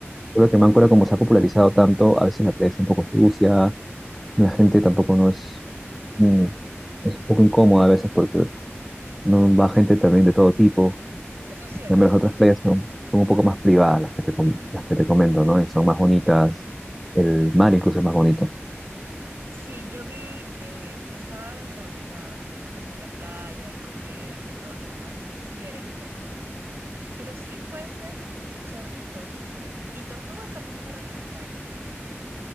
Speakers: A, in the centre; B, on the right (about 60°).
A: Solo que Máncora, como se ha popularizado tanto, a veces la playa está un poco sucia, la gente tampoco no es, mm, es un poco incómoda a veces porque no va gente también de todo tipo.
B: Eso es cierto.
A: En cambio, las otras playas son, son un poco más privadas, las que te, com- las que te comento, ¿no? Y son más bonitas, el mar incluso es más bonito.
B: Sí, yo vi, eh, estaba desordenada, o sea, la playa, el comercio y todo lo demás, sí era incómodo. Pero sí puede ser zorritos. Y tortugas también me recomendaron.